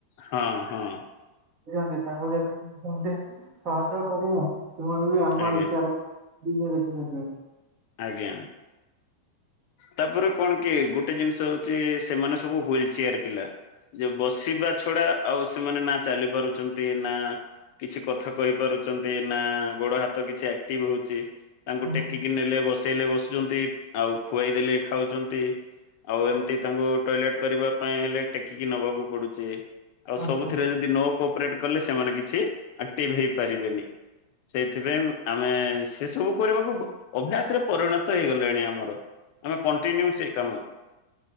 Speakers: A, on the left; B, on the right.
A: ହଁ ହଁ!
B: ଚନ୍ତି ତାଙ୍କୁ ଯେମ ସହଯୋଗ କରିବ। ସେମାନେ ବି ଆମ
A: ଆଜ୍ଞା
B: ଇସା <unintelligible>
A: ଆଜ୍ଞା। ତାପରେ କ'ଣ କି ଗୋଟେ ଜିନ୍‌ଷ ହଉଛି, ସେମାନେ ସବୁ ହ୍ୱିଲ୍ ଚିୟାର ପିଲା। ଯେ ବସିବା ଛଡା ଆଉ ସେମାନେ ନା ଚାଲି ପାରୁଚନ୍ତି। ନା କିଛି କଥା କହି ପାରୁଚନ୍ତି, ନା ଗୋଡ ହାତ କିଛି ଆକ୍ଟିଭ୍‌ ହଉଛି। ତାଙ୍କୁ
B: ହୁଁ
A: ଟେକିକି
B: ହୁଁ
A: ନେଲେ ବସେଇଲେ ବସୁଛନ୍ତି, ଆଉ ଖୁଏଇ ଦେଲେ ଖାଉଚନ୍ତି। ଆଉ ଏମତି ତାଙ୍କୁ ଟଏଲେଟ୍ କରିବା, ପାଇଁ ହେଲେ ଟେକିକି ନବାକୁ ପଡୁଚି। ଆଉ
B: ଆଚ୍ଛା।
A: ସବୁଥିରେ ଯଦି ନଅ କୋପ୍ରେଟେ କଲେ, ସେମାନେ କିଛି ଆକ୍ଟିଭ୍ ହେଇ ପାରିବେନି। ସେଇଥି ପାଇଁ ଆମେ ସେ ସବୁ କରିବାକୁ, ଅଭ୍ୟାସ୍‌ ରେ ପରିଣତ ହେଇ ଗଲାଣି ଆମର। ଆମେ କଣ୍ଟିନ୍ୟୁ ସେଇ କାମ